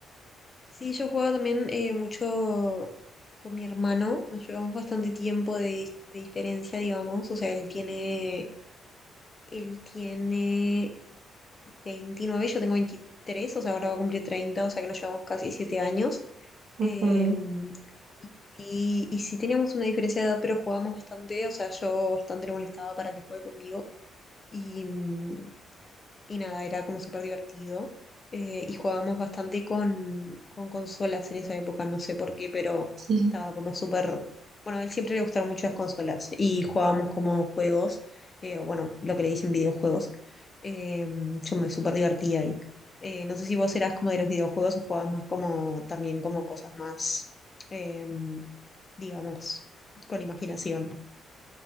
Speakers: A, on the left; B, on the right.
A: Sí, yo jugaba también eh, mucho con mi hermano, nos llevamos bastante tiempo de, dis- de diferencia, digamos, o sea, él tiene, él tiene veintinueve yo tengo veintitrés o sea, ahora va a cumplir treinta o sea que nos llevamos casi 7 años.
B: así.
A: Em,
B: Ok,
A: y, y sí teníamos una diferencia de edad, pero jugábamos bastante, o sea, yo bastante le molestaba para que juegue conmigo. Y, mm, y nada, era como súper divertido. eh, y jugábamos bastante con, con consolas en esa época, no sé por qué, pero
B: sí,
A: estaba como súper... Bueno, a él siempre le gustaron mucho las consolas y jugábamos como juegos, eh, o bueno, lo que le dicen videojuegos. Eh, yo me súper divertía ahí. Eh, no sé si vos eras como de los videojuegos o jugabas más como también como cosas más, eh, digamos, con imaginación.